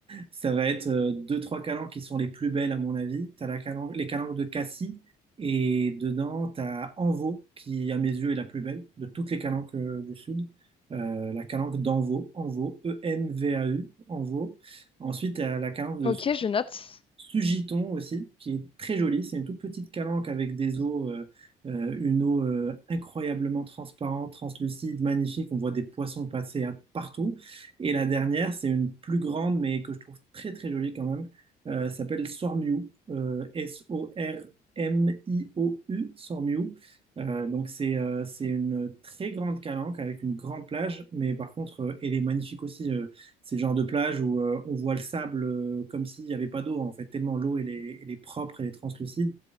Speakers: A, on the right (about 35°); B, on the left (about 30°).
A: ça va être euh, deux, trois calanques qui sont les plus belles à mon avis. T'as la calanque, les calanques de Cassis et dedans, t'as Anvaux qui, à mes yeux, est la plus belle de toutes les calanques euh, du Sud. Euh, la calanque d'Anvaux, Anvaux, E-N-V-A-U, Anvaux. Ensuite, t'as la calanque de
B: Ok, je note.
A: Sugiton aussi, qui est très jolie. C'est une toute petite calanque avec des eaux, euh, euh, une eau euh, incroyablement transparente, translucide, magnifique. On voit des poissons passer à- partout. Et la dernière, c'est une plus grande, mais que je trouve très très jolie quand même. Euh, ça s'appelle Sormiou, euh, S-O-R-M-I-O-U, Sormiou. Euh, donc c'est euh, c'est une très grande calanque avec une grande plage, mais par contre, euh, elle est magnifique aussi. euh, c'est le genre de plage où euh, on voit le sable euh, comme s'il n'y avait pas d'eau, en fait, tellement l'eau, elle est, elle est propre, elle est translucide.